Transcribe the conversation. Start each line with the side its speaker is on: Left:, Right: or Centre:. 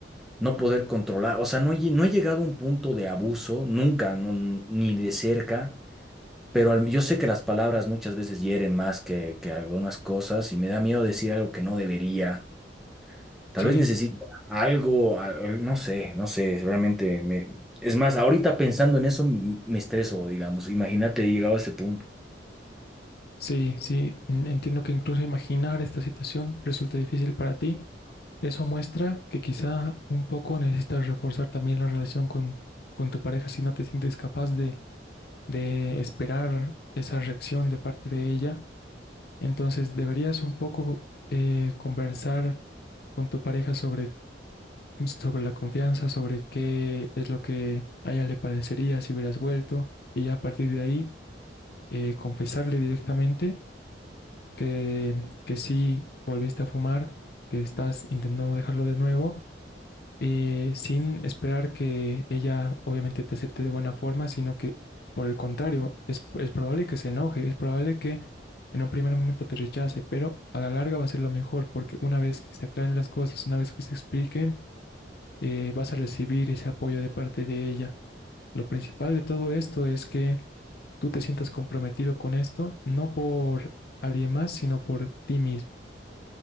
Centre: no poder controlar. O sea, no, he lle- no he llegado a un punto de abuso, nunca, no- ni de cerca. Pero al- yo sé que las palabras muchas veces hieren más que, que algunas cosas y me da miedo decir algo que no debería. Tal
Left: Sí,
Centre: vez necesito algo, al- no sé, no sé, realmente me... Es más, ahorita pensando en eso m- me estreso, digamos. Imagínate, he llegado a ese punto.
Left: sí, sí. en- Entiendo que incluso imaginar esta situación resulta difícil para ti. Eso muestra que quizá un poco necesitas reforzar también la relación con, con tu pareja si no te sientes capaz de, de esperar esa reacción de parte de ella. Entonces deberías un poco eh, conversar con tu pareja sobre sobre la confianza, sobre qué es lo que a ella le parecería si hubieras vuelto, y ya a partir de ahí eh, confesarle directamente que, que sí volviste a fumar, que estás intentando dejarlo de nuevo, eh, sin esperar que ella obviamente te acepte de buena forma, sino que por el contrario, es, es probable que se enoje, es probable que en un primer momento te rechace, pero a la larga va a ser lo mejor, porque una vez que se aclaren las cosas, una vez que se expliquen, eh, vas a recibir ese apoyo de parte de ella. Lo principal de todo esto es que tú te sientas comprometido con esto, no por alguien más, sino por ti mismo.